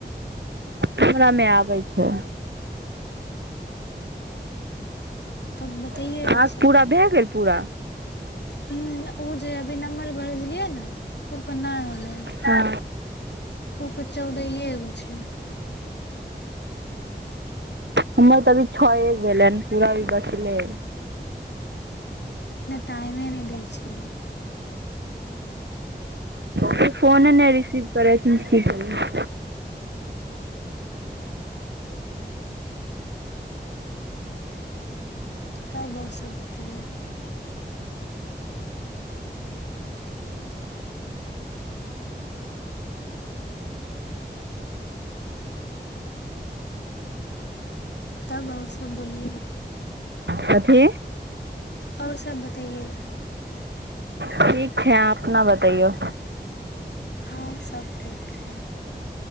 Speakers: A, on the right; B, on the left.
A: हमरा मे आबै छै
B: तब बतैेयै
A: अहाँके
B: आओर सब
A: पूरा भए गेल पूरा
B: हूँ ओ जे अभी नम्बर भरजलियै ने ओपर नहि होलै
A: हँ
B: ओपर चौदैए गो छै
A: हमर तऽ अभी छओ एक भेलनि पूरा भी बचले
B: टाइमे नहि दै छी
A: त फोन ने रिसीव करै छी की करियै
B: तब आओर सब बते यौ तब आओर सभ बोलियै
A: कथी
B: आओर सभ बतैयए
A: ठीक छै आहाँ अपना बतैयै
B: हँ सब ठीक छै